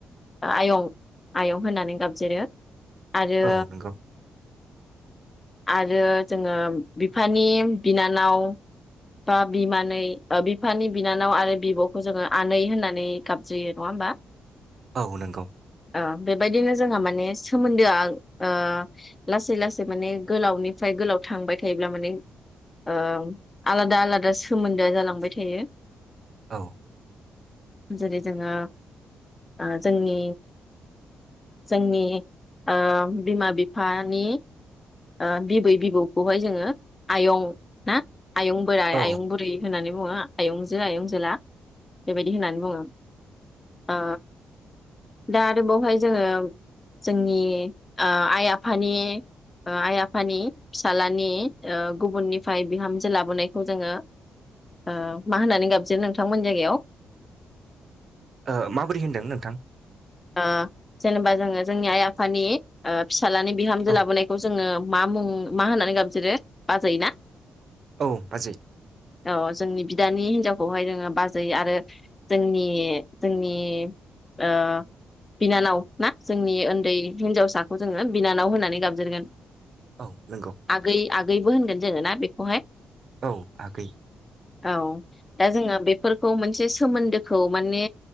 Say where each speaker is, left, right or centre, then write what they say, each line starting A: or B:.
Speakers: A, on the left (about 20°); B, on the right (about 45°).
A: आयं आयं होननानै गाबज्रियो आरो
B: औ नंगौ
A: आरो जोङो बिफानि बिनानाव बा बिमानै बिफानि बिनानाव आरो बिब'खौ जोङो आनै होननानै गाबज्रियो नङा होमबा
B: औ नंगौ
A: ओ बेबायदिनो जोंहा माने सोमोन्दोआ ओ लासै लासै माने गोलावनिफ्राय गोलाव थांबाय थायोब्ला माने ओ आलादा आलादा सोमोन्दोआ जालांबाय थायो
B: <inaudible>
A: जेरै जोङो ओ जोंनि जोंनि ओ बिमा बिफानि ओ बिबै बिबौखौहाय जोङो आयं ना आयं बोराइ
B: औ
A: आयं बुरै होननानै बुं बुङो आयंजो आयंजोला बेबायदि होननानै बुङो ओ दा आरो बावहाय जोङो जोंनि ओ आइ आफानि ओ‌ आइ आफानि फिसालानि ओ गुबुननिफाय बिहामजो लाबोनायखौ जोङो ओ मा होननानै गाबज्रि नोंथांमोननि जायगायाव?
B: ओ माबोरै होनदों नोंथां?
A: ओ जेनेबा जोङो जोंनि आइ आफानि ओ फि सालाननि बिहामजो
B: औ
A: लााबोनाय जोङो मा मुं मा होननानै गाबज्रियो बाजै ना
B: औ बाजै
A: औ जोंनि बिदानि हिनजावखौहाय जोङो बाजै आरो जोंनि जोंनि ओ बिनानाव ना जोंनि ओन्दै हिनजावसाखौ जोङो बिनानाव होननानै गाबज्रिगोन
B: औ नंगौ
A: आगै आगैबो होनगोन जोङो ना बेखौहाय
B: औ आगै
A: औ दा जोंहा बे फोरखौ मोनसे सोमोन्दोखौ माने